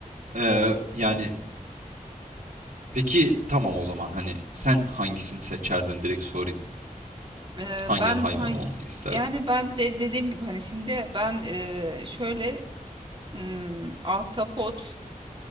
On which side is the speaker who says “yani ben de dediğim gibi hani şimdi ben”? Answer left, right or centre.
Right